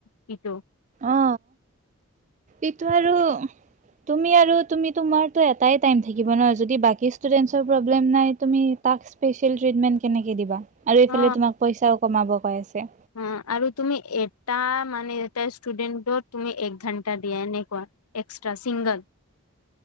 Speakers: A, on the left (about 85°); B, on the right (about 35°).
A: কিটো
B: অ এইটো আৰু তুমি আৰু তুমি তোমাৰতো এটাই টাইম থাকিব ন যদি বাকী ষ্টুডেন্টচৰ প্ৰব্লেম নাই তুমি তাক স্পেচিয়েল ট্ৰিটমেণ্ট কেনেকে দিবা আৰু এইফালে
A: অ
B: তোমাক পইচাও কমাব কৈ আছে
A: অ আৰু তুমি এটা মানে এটা ষ্টুডেণ্টত তুমি এক ঘাণ্টা দিয়া এনেকুৱা এক্সষ্ট্ৰা ছিংগল